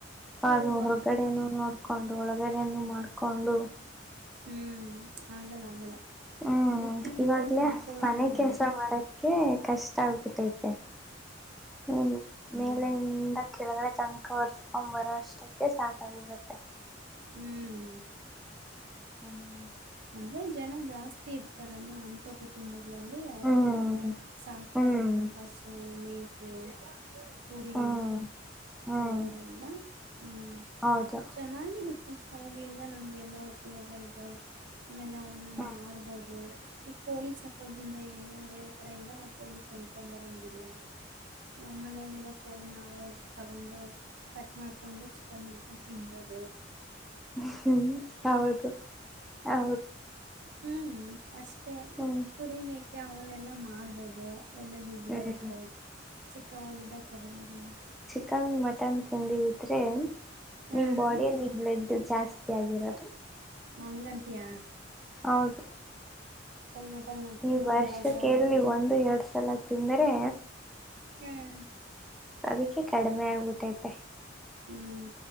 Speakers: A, in the centre; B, on the right.
A: ಹೌದು
B: ಹೌದೌದು
A: ಹೊರಗಡೆನು ನೋಡ್ಕೋ <unintelligible> ಕೊಂಡು ಒಳಗಡೆನುಮಾಡ್ಕೊಂಡು.
B: ಹ್ಮ್ ಆಗಲ್ಲ ಆಗಲ್ಲ,
A: ಹ್ಮ್
B: ಅದಕ್ಕೆ ಅಂತ
A: ಇವಾಗ್ಲೇ
B: ನೋಡ್ಕೊಳ್ಳೋರು
A: ಮನೆ
B: ಇರ್ಬೇಕು.
A: ಕೆಲ್ಸ ಮಾಡಕ್ಕೆ ಕಷ್ಟ ಆಗ್ಬಿಟ್ಟೈತೆ. ಹ್ಮ್ ಮೇಲಿಂದ ಇಂದ <inaudible> ಕೆಳಗಡೆ ಸಂಕ ಒರ್ಸ್ಕೊ ಬರಕ್ಕ್ <unintelligible> ಇಷ್ಟಕ್ಕೆ ಸಾಕಗಿಬಿಡತ್ತೆ.
B: ಹ್ಮ್...
A: ಹ್ಮ್ <inaudible>
B: ಅಂದ್ರೆ ಜನ ಜಾಸ್ತಿ ಇರ್ತಾರಲ್ಲ ಅಂತ ಕುಟುಂಬ- ಅವರು
A: ಹ್ಮ್
B: ಸಾಕ್ತಾರ
A: ಹ್ಮ್
B: ದನ್ನ ಹಸು ಮೇ <inaudible> ಪುರಿ
A: ಹ್ಮ್ ಹ್ಮ್
B: ಅವೆಲ್ಲ ಅಲ್ವಾ ಹ್ಮ್
A: ಹೌದು
B: ಚೆನ್ನಾಗಿರುತ್ತೆ. ಮತೆ ಅವುಗಳಿಂದ ನಮ್ಗೆಲ್ಲ ಉಪಯೋಗ ಇದೆ. ಆಮೇಲೆ ಅವ್ನ್
A: ಹ್ಮ್
B: ಮಾರ್ಬಹುದು. ಈ ಕೋಳಿ ಸಾಕೋದ್ರಿಂದ ಏನು ಬೇರೆ ಕಡೆಯಿಂದ ನಾವು ಕೋಳಿ ಕೊಂಡ್ಕೊಂಡಂಬರೋಂಗಿಲ್ಲ. ನಮ್ಮ ಮನೇಲಿರೋ ಕೋಳಿ ನಾವೇ ತಗೊಂಡು ಕಟ್ ಮಾಡ್ಕೊಂಡು ಚಿಕನ್ ಮಾಡ್ಕೊಂಡು ತಿನ್ಬೋದು.
A: ಹ್ಮ್ ಹೌದು ಅ
B: ಹ್ಮ್ ಅಷ್ಟೇ
A: ಹ್ಮ್
B: ಕುರಿ ಮೇ ಅಕೆ ಅವನ್ನೆಲ್ಲ ಮಾರ್ಬೋದು. ಒಳ್ಳೆ ದುಡ್ಡು ಬರುತ್ತೆ
A: ಹ್ಮ್
B: ಚಿಕ್ಕವಾಗಿದ್ದಾಗ ತಗೊಬರೋದು <unintelligible>
A: ಕನ್ ಮಟನ್ ತಿಂದೀದಿದ್ರೆ
B: ಹ್ಮ್
A: ನಿಮ್ ಬಾಡಿಯಲ್ಲಿ ಬ್ಲಡ್ ಜಾಸ್ ಸಿ ಆಗಿರೋದು.
B: ಹಂಗಂತಿಯಾ?
A: ಹೌದು
B: ಮಟನ್ ಅದು ತಿನ್ನೋದು
A: ಈ ವರ್ಷಕ್ಕೆಲ್ಲಿ
B: ಯಾವಾಗೋ
A: ಒಂದು ಎರಡ್ ಸಲ ತಿಂದರೆ
B: ಹ್ಮ್,
A: ಅದಕ್ಕೆ ಕಡಿಮೆ ಆಗ್ಬಿಟ್ಟೈತೆ.
B: ಹ್ಮ್